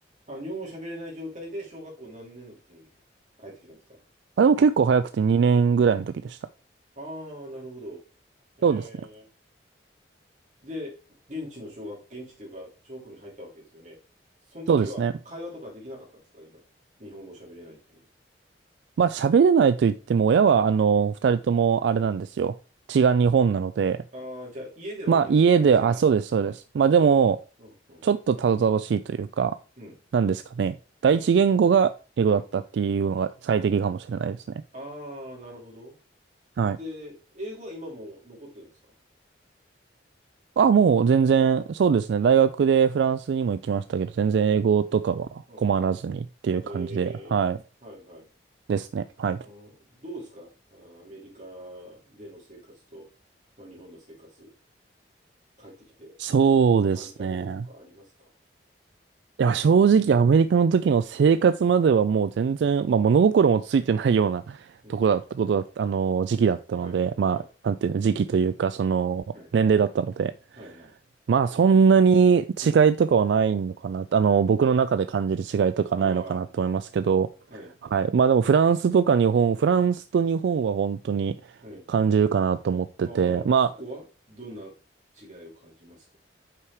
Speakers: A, on the right (about 40°); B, on the right (about 70°).
A: あ、日本語喋れない状態で小学校何年の時に帰ってきたんですか
B: あ、でも結構早くて2年ぐらいの時でした。
A: ああー、なるほど。ええ。
B: そうですね。
A: で、現地の小学、現地というか、小学校に入ったわけですよね。その時は会話とかできなかったんですか今。
B: そうですね。
A: 日本語喋れないっていう
B: まあ、喋れないと言っても、親は、あの、二人ともあれなんですよ。
A: の。うん。
B: 血が日本なので、
A: ああ、じゃあ家では日本語話してた。
B: まあ家で、あ、そうです、
A: あ
B: そうです。まあでも、
A: あ、うん、うん、
B: ちょっとたどたどしいというか、
A: うん、
B: なんですかね。第一言語が英語だったっていうのが最適かもしれないですね。
A: うん、うん。ああ、なるほど。
B: はい。
A: で、英語は今も残ってるんですか
B: あ、もう全然、そうですね。大学でフランスにも行きましたけど、全然英語とかは困らずにっていう感じで、
A: うん、うん。え
B: はい。
A: ーはい、はい。
B: ですね。はい。
A: うん、どうですかあーアメリカでの生活と、まあ、日本の生活、帰ってきて、
B: そうですね。
A: なんか感じたこととかありますか
B: いや、正直アメリカの時の生活まではもう全然、まあ物心もついてないような <laughs>
A: うん。
B: とこだったことだった、あの、時期だったので、
A: はい、
B: まあ、
A: はい、
B: なんていうの、時期というか、その、
A: はい、
B: 年齢だったので、
A: はい、はい。
B: まあそんなに違いとかはないのかな、
A: うん。
B: あの、僕の中で感じる違いとかないのかなと思いますけど、
A: ああ、はい、
B: はい。まあでもフランスとか日本、フランスと日本は本当に感じるかなと思ってて、
A: はい。ああ、
B: まあ、
A: そこはどんな違いを感じますか